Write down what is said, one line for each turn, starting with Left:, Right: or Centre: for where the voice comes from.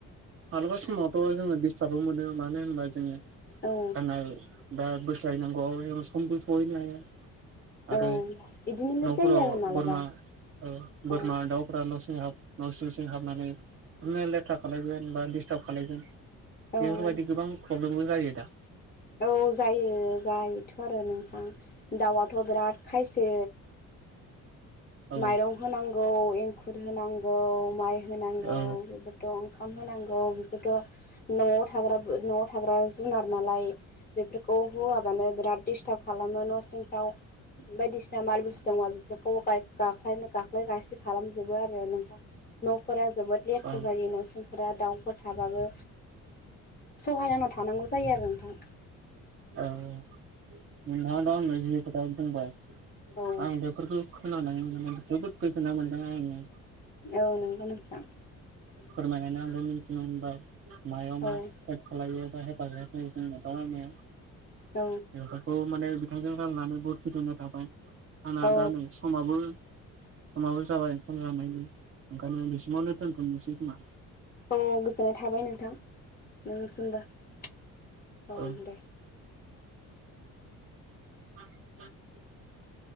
Right: मालाबा समावथ' जोङो डिस्टाबबो मोनो मानो होनबा जोङो
Left: औ
Right: खानाय बा बोस्लायनांगौआव जोङो समबो सहैनो हायो। आरो
Left: औ बिदिनो लेट
Right: न'फोराव
Left: जायो आरो मालाबा
Right: बोरमा बोरमा
Left: औ
Right: दाउ न'सिं हाब न' सिं सिं हाबनानै बिदिनो लेथ्रा खालायगोन बा दिसताब खालायगोन
Left: औ
Right: बेफोरबायदि
Left: औ
Right: गोबां प्रब्लेमबो जायो दा।
Left: औ जायो जायोथ' आरो नोंथां दाउआथ' बिराद खायसो
Right: औ
Left: माइरं होनांगौ एंखुर होनांगौ माइ होनांगौ
Right: औ
Left: बेफोरथ' ओंखाम होनांगौ बेफोरथ' न'आव थाग्रा न'आव थाग्रा जुनार नालाय बेफोरखौ होआबानो बिराद दिस्टार्ब खालामो न'सिंफ्राव। बायदिसिना माल बुस्थु दंबा बेफोरखौबो गाख गाख्लायनो गाख्लाय गासि खालामजोबो आरो नोंथां। न' फोरा जोबोद लेथ्रा
Right: औ
Left: जायो न' सिंफोरा दाउफोर थाबाबो सहायहाना थानांगौ जायो आरो नोंथां।
Right: औ औ नोंथाङा दा आंनो जि खोथाखौ बुंबाय
Left: औ
Right: आं बेफोरखौ खोनानानै जोबोद गोजोनाय मोनदों आरो ना।
Left: औ नंगौ नोंथां।
Right: फोरमायनानै आंबो मिथिनो मोनबाय मायाव मा
Left: औ
Right: जेब खालायो। हेफाज होफै <unintelligible> जों दया
Left: औ
Right: <unintelligible> बेफोरखौ माने बिथांजों रायलायनानै बहुत गोजोननाय थाबाय। आंना
Left: औ
Right: दा नै समाबो समाबो जाबाय ओंखाम जानायनि ओंखाम बिसिमावनो दोनथ'नोसै खोमा।
Left: औव गोजोननाय थाबाय नोंथां नोंनिसिम। दे ओमबा औव
Right: औ
Left: दे।
Right: <unintelligible>